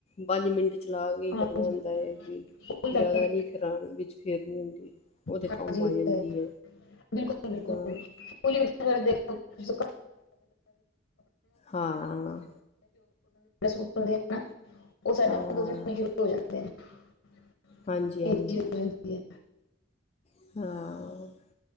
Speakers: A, on the left; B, on the left.
A: ਪੰਜ ਮਿੰਟ ਚਲਾ ਕੇ
B: ਹਾਂਜੀ
A: ਕਰਨਾ ਹੁੰਦਾ ਹੈ ਵੀ
B: ਧੋ ਹੀ ਲੈਂਦਾ
A: ਜ਼ਿਆਦਾ
B: ਹੈ।
A: ਨਹੀਂ ਕਰਾਉਣ ਵਿੱਚ ਫੇਰ ਨੀ ਹੁੰਦੀ ਉਹਦੇ
B: ਹਾਂਜੀ
A: ਕੰਮ ਆ
B: ਉਹ
A: ਜਾਂਦੀ
B: ਤੇ ਹੈ ਬਿਲਕੁੱਲ ੱੜ
A: ਹਾਂ
B: ਫਟ ਸ਼ੁਰੂ <unintelligible> ਕੋਹ
A: ਹਾਂ
B: ਸੂਟ ਹੁੰ ਉਹ ਸਾਡੇ
A: ਹਾਂ
B: ਦੋ ਦਿਨਣੇ ਸ਼ੁਰੂ ਹੋ ਜਾਂਦੇ <unintelligible>
A: ਹਾਂਜੀ-ਹਾਂਜੀ।
B: ਇਹ ਚੀਜ਼ ਹੋ ਜਾਂਦੀ ਹੈ
A: ਹਾਂ